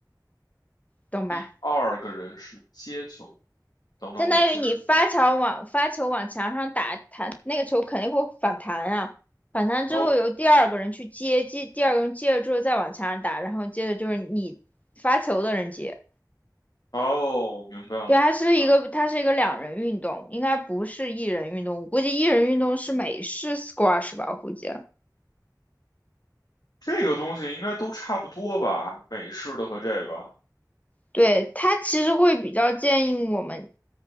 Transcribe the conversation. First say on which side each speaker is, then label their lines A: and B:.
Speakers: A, on the left; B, on the left.
A: 懂吧？
B: 第二个人是接球，等等，
A: 相当于你发球往发球往墙上打，
B: 我其实
A: 弹那个球肯定会反弹啊，反弹之后由第二个人去接，
B: 哦
A: 接第二个人接了之后再往墙上打，然后接着就是你发球的人接。
B: 哦，明白了，
A: 对，
B: 明白了，
A: 它是一个它是一个两人运动，应该不是一人运动。我估计一人运动是美式 squash 吧，我估计。
B: 这个东西应该都差不多吧？美式的和这个
A: 对，它其实会比较建议我们